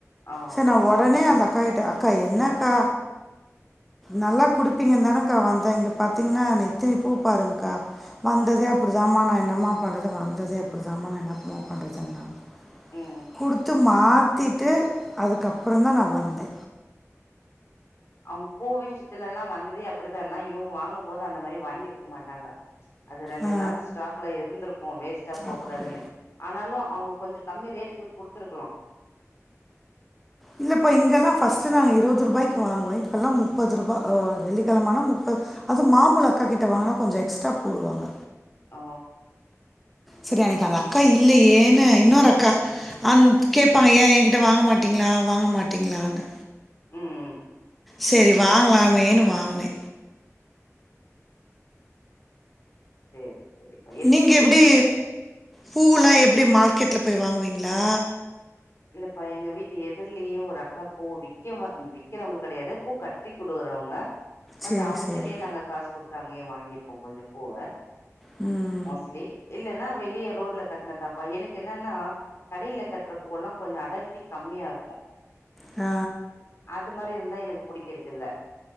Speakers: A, on the left; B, in the centre.
A: ஆ
B: செர் நா ஒடனே அந்த அக்கா கிட்டே அக்கா என்ன அக்கா நல்லா குடுப்பீங்க தானேக்கா வந்தே இங்க பாத்தீங்கன்னா நேத்தினி பூ பாருங்க்கா வந்ததே அப்டிதாம்மா நா என்னமா பண்ணறது வந்ததே அப்டிதாம்மா நா என்னமா பண்ணுறதுன்னாங்க
A: ம்
B: குடுத்து மாத்திட்டு அதுக்கப்பறோ தா நா வந்தே
A: அவுங்க பூ விஷ்யத்துல எல்லா வந்ததே அப்டிதான்னா இவுங்க வாங்கு போது அந்த மாரி வாங்கிருக்க மாட்டாங்க அது ரெண்டு
B: ஆ.
A: நாளு ஸ்டாக் குள்ள இருந்திருக்கு வேஸ்ட்டா போ
B: அப்டி.
A: கூடாதுன்னு ஆனாலு அவுங்க கொஞ்ச கம்மி ரேட்டுக்கு குடுத்துருக்கலா
B: இல்லப்போ இங்கெல்லா ஃபர்ஸ்ட்டு நாங்க இருபது ரூபாய்க்கு வாங்குவே இப்பொல்லா முப்பது ரூபாயா ஆ வெள்ளிக்கெழமா ஆன முப்ப அது மாமுழ அக்காகிட்ட வாங்குன்னா கொஞ்ச எக்ஸ்ட்ரா போடுவாங்க
A: ஆ
B: சரி அன்னைக்கு அந்த அக்கா இல்லயேன்னு இன்னொரு அக்கா.. அந் கேப்பாங்க ஏ எங்கிட்ட வாங்க மாட்டீங்ளா வாங்க மாட்டீங்ளான்னு.
A: ம்
B: செரி வாங்கலாமேன்னு வாங்கினே
A: ம் <inaudible>
B: நீங்க எப்டி பூலா எப்டி மார்க்கெட்ல போய் வாங்குவீங்களா
A: இல்லப்பா எங்க வீட்டு எதிர்லியே ஒரு அக்காப்பூ விற்கவ விக்கிறவங்க கெடையாது பூ கட்டி குடுக்குறவங்க பட்
B: சரி
A: அவுங்ககிட்டயே
B: சரி
A: நாங்க காசு குடுத்த அங்கயே வாங்கிப்போ கொஞ்ச பூவா
B: ம் ம்
A: மோஸ்ட்லி இல்லன்னா வெளிய ரோட்ல கட்னதுதான்ப்பா எனக்கு என்னன்னா கடையில கட்ற பூவெல்லா கொஞ்ச அடர்த்தி கம்மியா இருக்கு
B: ஆ
A: அது மாரி இருந்தா எனக்கு புடிக்கிறது இல்ல